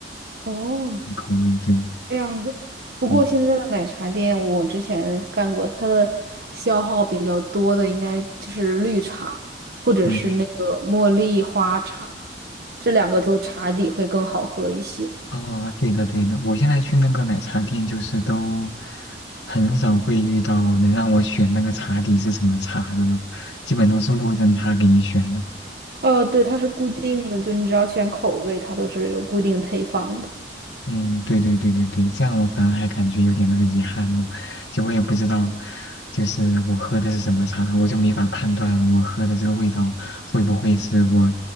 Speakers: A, on the right; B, on the left.
A: 哦，
B: 口味。对，
A: 这样子。不过现在的奶茶店，
B: 对，
A: 我之前干过，它的消耗比较多的应该就是绿茶，或者是那个茉莉花茶，
B: 嗯，
A: 这两个做茶底会更好喝一些。
B: 哦，对的，对的。我现在去那个奶茶店，就是都很少会遇到能让我选那个茶底是什么茶的了，基本都是默认他给你选的。
A: 哦，对，它是固定的，就你只要选口味，它都是有固定配方的。
B: 嗯，对对对对对，这样我反而还感觉有点那个遗憾呢。就我也不知道，就是我喝的是什么茶，我就没法判断我喝的这个味道会不会是我